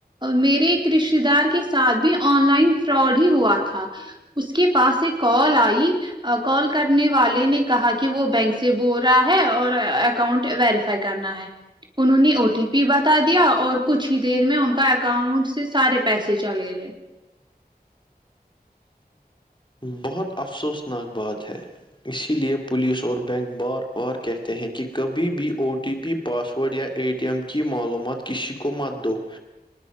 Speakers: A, on the right; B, on the left.
A: میرے ایک رشتتے دار کے ساتھ بھی آن لائن فراڈ ہی ہوا تھا اس کے پاس ایک کال آئی کال کرنے والے نے کہا کہ وہ بینک سے بول رہا ہے اور اکاؤنٹ ویریفائی کرنا ہے انہوں نے او ٹی پی بتا دیا اور کچھ ہی دیر میں ان کا اکاؤنٹ سے سارے پیسے چلے گئے
B: بہت افسوسناک بات ہے اسی لیے پولیس اور بینک بار بار کہتے ہیں کہ کبھی بھی O T P password یا اے ٹی ایم کی معلومات کسی کو مت دو